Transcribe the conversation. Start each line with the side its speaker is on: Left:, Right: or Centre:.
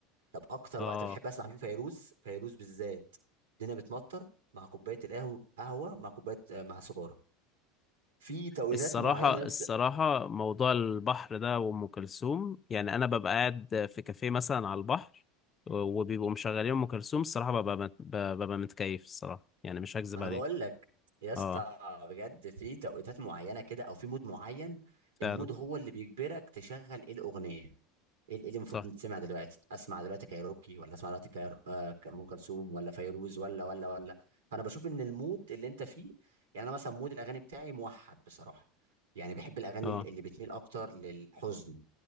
Right: طب اكتر
Left: اه
Right: وقت بحب اسمع فيه فيروز فيروز بالذات الدنيا بتمطر مع كوبايه القهوه قهوه مع كوبايه آه، مع سيجاره في توقيتات
Left: الصراحة
Right: معينه يا اسطى
Left: الصراحة موضوع البحر ده وأم كلثوم يعني أنا ببقى قاعد في كافيه مثلا على البحر وبيبقوا مشغلين أم كلثوم الصراحة ببقى مت- ب- ببقى متكيف الصراحة يعني مش هكذب
Right: ما انا
Left: عليك
Right: بقول لك يا اسطى
Left: اه
Right: بجد في توقيتات معينه كده او في مود معين
Left: فعلا
Right: المود هو اللي بيجبرك تشغل ايه الاغنيه ايه اللي المفروض
Left: صح
Right: تتسمع دلوقتي اسمع دلوقتي كايروكي ولا اسمع دلوقتي كايرو... آه، ام كلثوم ولا فيروز ولا ولا ولا فانا بشوف ان المود اللي انت فيه يعني انا مثلا مود الاغاني بتاعي موحد بصراحه يعني بحب الاغاني
Left: اه
Right: اللي بتميل اكتر للحزن